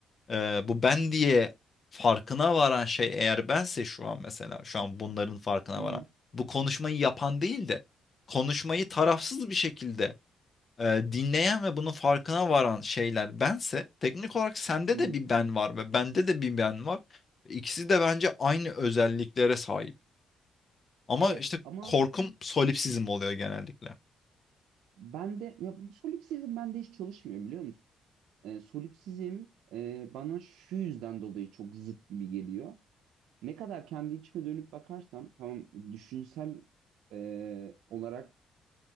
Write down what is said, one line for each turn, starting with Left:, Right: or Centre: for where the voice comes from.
Left: ee, bu ben diye farkına varan şey eğer bense şu an mesela şu an bunların farkına
Right: hı
Left: varan
Right: hı.
Left: bu konuşmayı yapan değil de konuşmayı tarafsız bir şekilde e, dinleyen ve bunun farkına varan şeyler bense teknik olarak sende
Right: hı
Left: de
Right: hı.
Left: bir ben var ve bende de bir ben var. İkisi de bence aynı özelliklere sahip. Ama
Right: Evet
Left: işte
Right: ama
Left: korkum solipsizm oluyor genellikle.
Right: bende ya bu solipsizm bende hiç çalışmıyor biliyor musun? Ee, solipsizm e, bana şu yüzden dolayı çok zıt gibi geliyor. Ne kadar kendi içime dönüp bakarsam tamam düşünsel e, olarak